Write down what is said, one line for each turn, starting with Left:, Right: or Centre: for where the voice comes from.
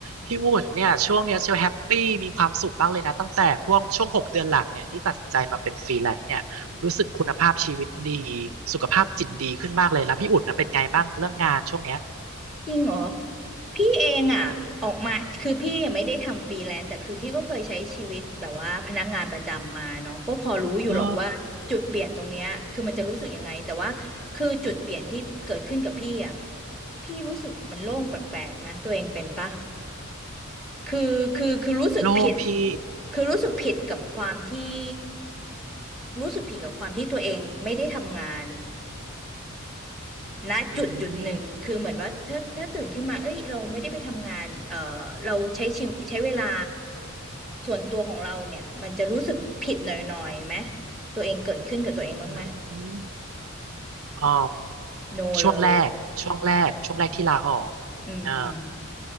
Right: พี่อุ่นเนี่ยช่วงเนี้ยเชียวแฮปปี้มีความสุขมากเลยนะตั้งแต่พวกช่วงหกเดือนหลังเนี่ยที่ตัดสินใจมาเป็นฟรีแลนซ์เนี่ยรู้สึกคุณภาพชีวิตดีสุขภาพจิตดีขึ้นมากเลยแล้วพี่อุ่นนะเป็นไงบ้างเรื่องงานช่วงเนี้ย
Centre: จริงเหรอพี่เองอ่ะออกมาคือพี่ไม่ได้ทำฟรีแลนซ์แต่คือพี่ก็เคยใช้ชีวิตแบบว่าพนักงานประจำมาเนาะก็พอรู้อยู่หรอกว่าจุดเปลี่ยนตรงเนี้ยคือมันจะรู้สึกยังไงแต่ว่าคือจุดเปลี่ยนที่เกิดขึ้นกับพี่อ่ะ
Right: เออ
Centre: พี่รู้สึกมันโล่งแปลกๆนะตัวเองเป็นปะคือคือคือรู้สึกผิด
Right: โล่งพี่
Centre: คือรู้สึกผิดกับความที่รู้สึกผิดกับความที่ตัวเองไม่ได้ทำงาน ณจุดจุดหนึ่งคือเหมือนว่าถ้าถ้าตื่นขึ้นมาเอ้ยเราไม่ได้ไปทำงานเอ่อเราใช้ชีวิใช้เวลา
Right: อืม
Centre: ส่วนตัวของเราเนี่ยมันจะรู้สึกผิดหน่อยๆไหมตัวเองเกิดขึ้นกับตัวเองบ้างไหม
Right: อืมอ๋อ
Centre: โนเลย
Right: ช่วงแรกช่วงแรกช่วงแรกที่ลาออก
Centre: อืมอืมอืม
Right: เอ่า